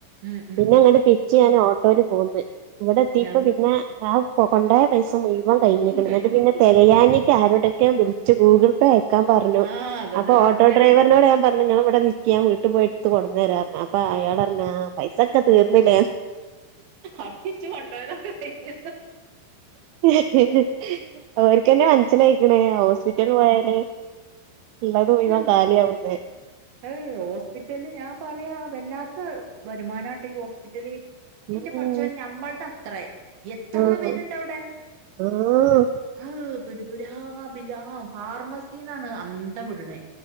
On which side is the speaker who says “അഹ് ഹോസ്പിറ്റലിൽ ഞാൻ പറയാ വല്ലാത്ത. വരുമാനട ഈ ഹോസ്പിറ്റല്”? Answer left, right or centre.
Right